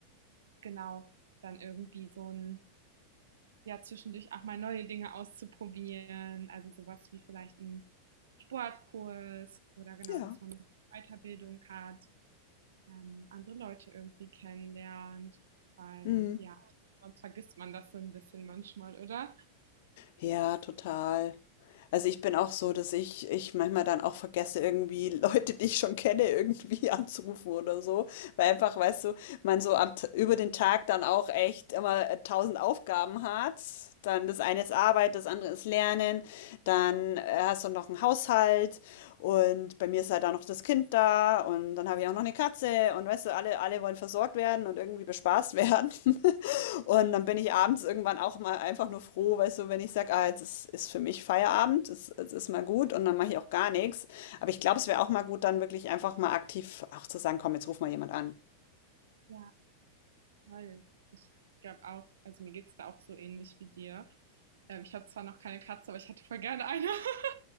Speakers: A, on the right (about 65°); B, on the left (about 50°).
A: genau, dann irgendwie so ein, ja, zwischendurch auch mal neue Dinge auszuprobieren. Also sowas wie vielleicht ein Sportkurs oder genau,
B: Ja.
A: dass man eine Weiterbildung hat. ähm, andere Leute irgendwie kennenlernt, weil
B: Hm.
A: ja, sonst vergisst man das so ein bisschen manchmal, oder?
B: Ja, total. Also, ich bin auch so, dass ich ich manchmal dann auch vergesse, irgendwie <laughs> Leute, die ich schon kenne, irgendwie <laughs> anzurufen oder so. Weil einfach, weißt du, man so am, T- über den Tag dann auch echt immer äh, tausend Aufgaben hat. Dann das eine ist Arbeit, das andere ist Lernen. Dann äh, hast du noch einen Haushalt und bei mir ist halt auch noch das Kind da und dann habe ich auch noch eine Katze und weißt du, alle, alle wollen versorgt werden und irgendwie bespaßt werden. <laughs> Und dann bin ich abends irgendwann auch mal einfach nur froh, weißt du, wenn ich sage, ah, jetzt ist, ist für mich Feierabend, es, es ist mal gut und dann mache ich auch gar nichts. Aber ich glaube, es wäre auch mal gut, dann wirklich einfach mal aktiv auch zu sagen, komm, jetzt ruf mal jemand an.
A: Ja, voll. Ich glaube auch, also mir geht's da auch so ähnlich wie dir. Ähm, ich habe zwar noch keine Katze, aber ich hätte voll gerne eine. <laughs>